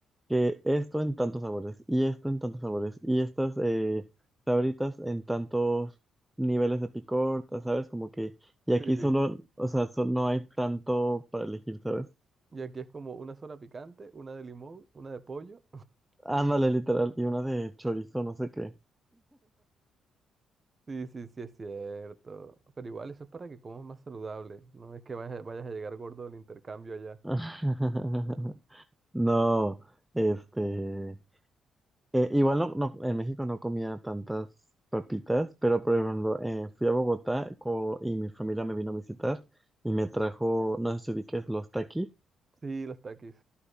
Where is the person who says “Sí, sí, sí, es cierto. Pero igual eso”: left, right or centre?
Right